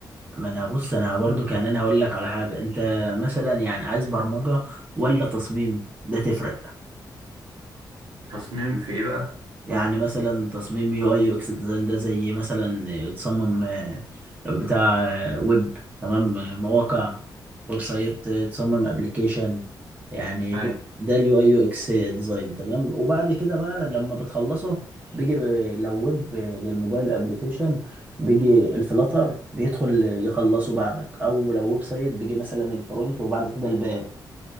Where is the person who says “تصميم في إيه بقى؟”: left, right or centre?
Right